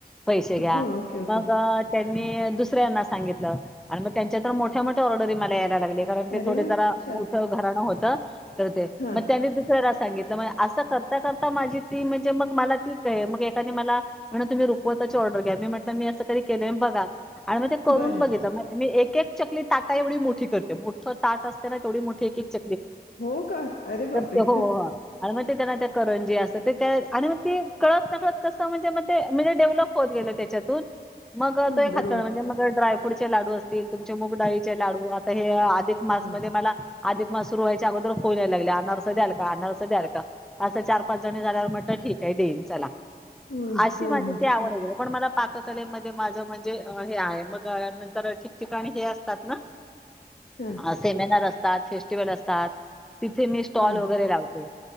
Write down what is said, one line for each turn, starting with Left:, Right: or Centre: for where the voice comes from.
Centre: पैसे घ्या
Left: हा ओके ओके
Centre: मग त्यांनी दुसऱ्यांना सांगितलं आणि मग त्यांच्या तर मोठ्या मोठ्या ऑर्डरी मला ते
Left: अरे
Centre: थ
Left: वा
Centre: ज मोठ
Left: छान
Centre: घरा का कर
Left: हा
Centre: म दुसऱ्याला सांगितलं असं करता करता माझी ती म्हणजे मग मला ती का आहे मग एकाने मला म्हण तुम्ही रुखवताची ऑर्डर घ्या मी म्हट मी असं कध केलंय बघा आणि मग ते करून
Left: बरं
Centre: बघित मी एक केक चकली ताटा एवढी मोठी करते मोठं ताट असते ना तेवढी मोठी च
Left: हो का अरे
Centre: तर
Left: बापरे
Centre: ते हो हो आणि मग ते त्यांना ते करून जी असं ते आणि मग ते कळत नकळत कसं म्हणजे मग ते म्हणजे डेव्हलप होत गेलं त्याच्यातून मग
Left: हा
Centre: त
Left: बरोबर
Centre: खात म्हणे मग ड्राय डचे लाडू असतील तुमचे मगडाळीचे लाडू आता हे मास
Left: हा
Centre: मध्ये मला अधिक मास सुर वयच्यागोदर होोय नाही लागल्या नर्स द्याल का नर्स द्याल का असं चार पाच जणी झाल्यावर म्हटलं ठीक आहे देईन चला
Left: हम्म
Centre: अशी
Left: हो
Centre: माझी
Left: हो
Centre: ती आवड
Left: बरं
Centre: गेली पण मला पाककलेमध्ये माझं म्हणजे हे आहे मग नंतर ठिकठिकाणी हे असतात ना
Left: हा
Centre: अस से म ना रस्ता िव असतात तथे स्टॉल
Left: हा
Centre: वगैरे लावते.